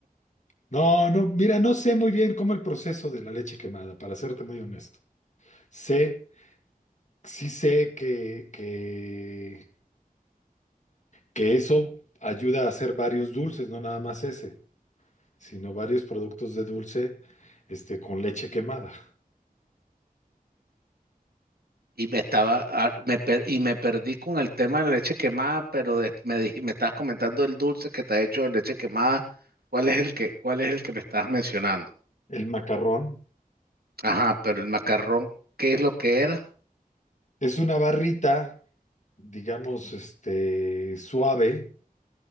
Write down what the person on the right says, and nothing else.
Y me estaba, ah, me per- y me perdí con el tema de la leche quemada, pero de- me dij- me estabas comentando el dulce que está hecho de leche quemada. ¿Cuál es el que, cuál es el que me estabas mencionando?
Ajá, pero el macarrón, ¿qué es lo que era?